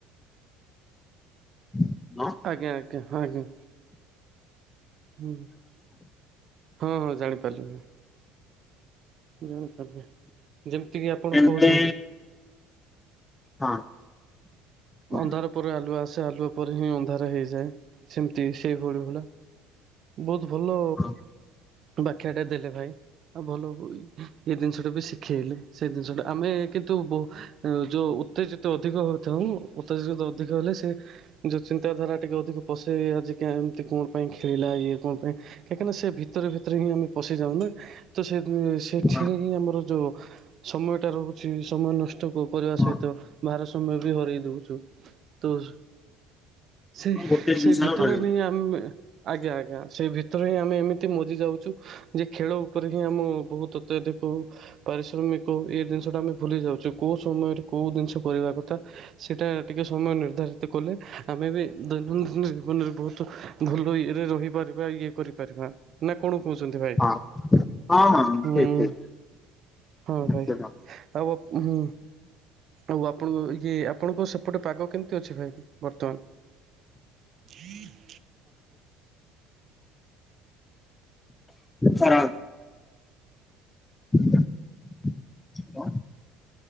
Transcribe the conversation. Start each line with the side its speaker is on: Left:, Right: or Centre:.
Left: <inaudible>
Right: ଆଜ୍ଞା ଆଜ୍ଞା ହ ଆଜ୍ଞା। ହୁଁ ହଁ ହଁ ଜାଣିପାରିଲି ମୁଁ। ଜାଣିପାରିଲି ଯେମିତିକି ଆପଣ
Left: ଏମିତି
Right: କହୁଛନ୍ତି।
Left: ହଁ। ହଁ
Right: ଅନ୍ଧାର ପରେ ଆଲୁଆ ଆସେ ଆଲୁଆ ପରେ ହିଁ ଅନ୍ଧାର ହେଇଯାଏ। ସେମତି ସେଇଭଳି ଭଳି ବହୁତ ଭଲ
Left: ହଁ
Right: ବାଖ୍ୟାଟା ଦେଲେ ଭାଇ। ଆଉ ଭଲ ହବ ଏଇ ଜିନିଷଟା ବି ଶିଖେଇଲେ। ସେ ଜିନିଷଟା ଆମେ କିନ୍ତୁ ଯୋଉ ଉତ୍ତେଜିତ ଅଧିକ ହଉଥାଉ ଉତ୍ତେଜିତ ଅଧିକ ହେଲେ ସେ ଯେଉଁ ଚିନ୍ତାଧାରା ଟିକେ ଅଧିକ ପଶେଇ ଆଜିକା ଏମିତି କଣ ପାଇଁ? ଖେଳିଲା ଇଏ କଣ ପାଇଁ କାହିଁକିନା ସେ ଭିତରେ ଭିତରେ ହିଁ ଆମେ ପଶିଯାଉ ନା। ତ ସେ ସେ ସେଥିରେ
Left: ହଁ।
Right: ହିଁ ଆମର ଯଉ ସମୟଟା ରହୁଛି ସମୟ ନଷ୍ଟ କ କରିବା
Left: ହଁ
Right: ସହିତ
Left: ହଁ
Right: ବାହାର ସମୟ ବି ହରଇ ଦଉଛୁ ତ ସେ
Left: ଗୋଟେ ଜିନିଷ
Right: ସେ ଭିତରେ
Left: ରହିଗଲା
Right: ବି ଆମେ ଆଜ୍ଞା ଆଜ୍ଞା ସେଇ ଭିତରେ ହିଁ ଆମେ ଏମିତି ମଜି ଯାଉଛୁ। ଯେ ଖେଳ ଉପରେ ହିଁ ଆମ ବହୁତ ଅତ୍ୟଧିକ। ପାରିଶ୍ରମିକ ଏଇ ଜିନିଷ ଟା ଆମେ ଭୁଲି ଯାଉଛୁ। କୋଉ ସମୟରେ କୋଉ ଜିନିଷ କରିବା କଥା। ସେଇଟା ଟିକେ ସମୟ ନିର୍ଦ୍ଧାରିତ କଲେ ଆମେ ବି ଦୈନନ୍ଦିନ ଜୀବନରେ। <unintelligible> ବହୁତ ଭଲ ଇଏରେ ରହିପାରିବା ଇଏ କରିପାରିବା ନା କଣ କହୁଛନ୍ତି ଭାଇ?
Left: ହଁ ହଁ ହଁ
Right: ହୁଁ
Left: ଠିକ ଠିକ
Right: ହଁ
Left: ନିଶ୍ଚିତ।
Right: ଭାଇ ଆଉ ହୁଁ। ଆଉ ଆପଣଙ୍କ ଇଏ ଆପଣଙ୍କ ସେପଟେ ପାଗ କେମିତି ଅଛି ଭାଇ କି ବର୍ତ୍ତମାନ? <inaudible>
Left: ଖରା <inaudible>